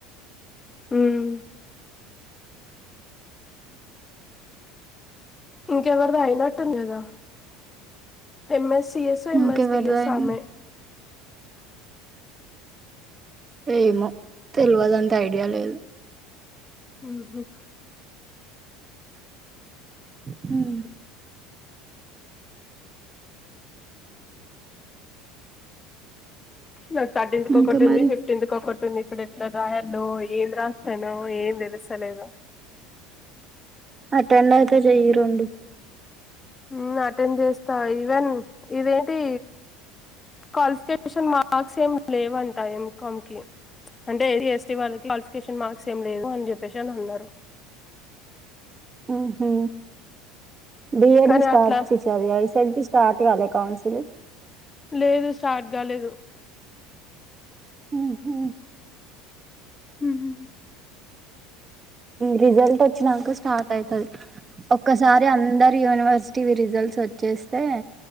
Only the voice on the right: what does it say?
ఇంకెవరిది అయింది
ఏమో తెలువదు అంత ఐడియా లేదు
హ్మ్
ఇంకా
మరి
అటెంప్ట్ అయితే చెయ్యి రొండు
ఉహు బిఎడి
స్టార్ట్
చేసి అది ఐసెట్ ది స్టార్ట్ గాలే కౌన్సిల్
ఉహు
రిజల్ట్ వొచ్చినాక స్టార్ట్ అయితది ఒక్కసారి అందరి యూనివర్సిటీవి రిజల్ట్స్ వొచ్చేస్తే